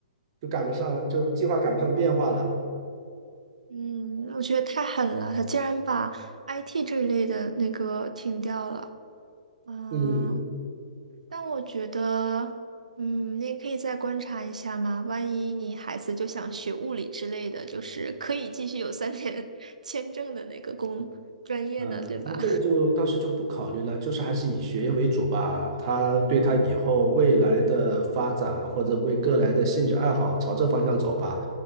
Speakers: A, on the right; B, on the right.
A: 就赶不上，就计划赶不上变化了。
B: 嗯，我觉得太狠了，他竟然把 IT 这一类的那个停掉了。嗯，
A: 嗯，
B: 但我觉得，嗯，你也可以再观察一下嘛。万一你孩子就想学物理之类的，就是可以继续有三年 <laughs> 签证的那个工专业呢，
A: 嗯，
B: 对吧？
A: 那这个就当时就不考虑了，就是还是以学业为主吧。他对他以后未来的发展或者为个人的兴趣爱好朝这方向走吧。
B: 嗯